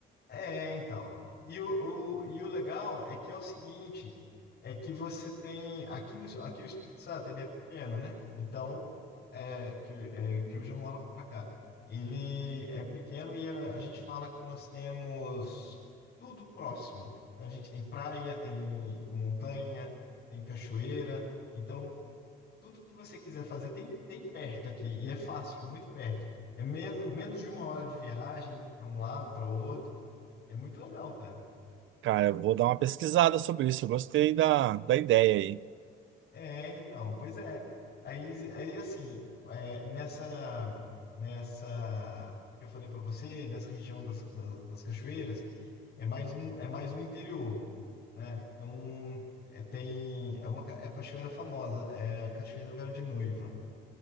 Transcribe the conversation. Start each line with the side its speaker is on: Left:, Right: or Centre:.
Left: É, então. E o, o, e o legal é que é o seguinte, é que você tem aqui no aqui o Espírito Santo ele é pequeno, né? Então é que é, que hoje eu moro para cá. Ele é pequeno e a, a gente fala que nós temos tudo próximo. Então a gente tem praia, tem montanha, tem cachoeira. Então tudo que você quiser fazer tem, tem perto aqui, e é fácil, muito perto. É menos, menos de uma hora de viagem para um lado, para outro. É muito legal, cara.
Right: Cara, eu vou dar uma pesquisada sobre isso, eu gostei da, da ideia aí.
Left: É, então, pois é. Aí, aí assim, é, nessa, nessa que eu falei para você, nessa região das, das, das cachoeiras, é mais no, é mais no interior, né? Então, é, tem, é uma ca- é a cachoeira famosa, é a Cachoeira Véu de Noiva.